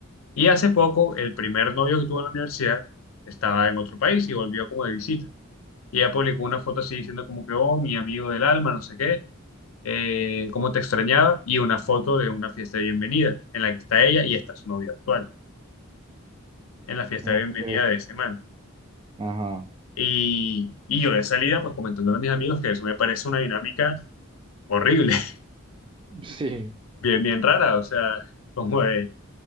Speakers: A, on the left (about 85°); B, on the right (about 25°).
A: Y hace poco, el primer novio que tuvo en la universidad estaba en otro país y volvió como de visita. Y ella publicó una foto así diciendo como que, oh, mi amigo del alma, no sé qué, eh, cómo te extrañaba, y una foto de una fiesta de bienvenida en la que está ella y está su novio actual, en la fiesta
B: ok,
A: de bienvenida de ese man.
B: ajá,
A: Y, y yo de salida, pues comentándole a mis amigos que eso me parece una dinámica horrible, <laughs>
B: sí.
A: bien, bien rara, o sea, como de,